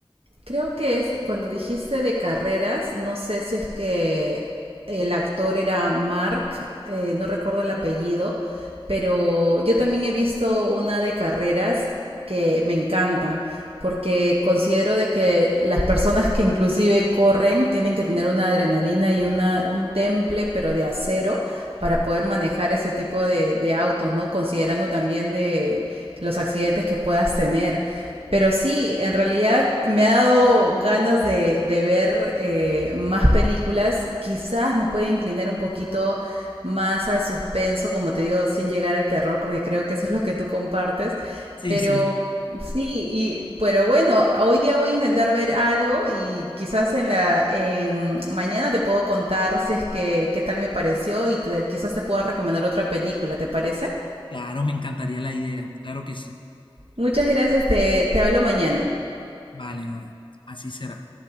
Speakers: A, on the right (about 80°); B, on the left (about 55°).
A: Creo que es cuando dijiste de carreras, no sé si es que el actor era Mark, eh, no recuerdo el apellido, Pero yo también he visto una de carreras que me encanta porque considero de que las personas que inclusive corren tienen que tener una adrenalina y una, un temple, pero de acero, para poder manejar ese tipo de, de autos, ¿no? Considerando también de los accidentes que puedas tener. Pero sí, en realidad me ha dado ganas de, de ver eh, más películas. Quizás me puede inclinar un poquito más al suspenso, como te digo, sin llegar al terror, porque creo que eso es lo que tú compartes.
B: Sí,
A: Pero
B: sí,
A: sí, y, pero bueno, hoy día voy a intentar ver algo y quizás en la en- mañana te puedo contar si es que qué tal me pareció y te- quizás te pueda recomendar otra película, ¿te parece?
B: claro, me encantaría la idea, claro que sí.
A: Muchas gracias, te, te hablo mañana.
B: Vale, Nadia, así será.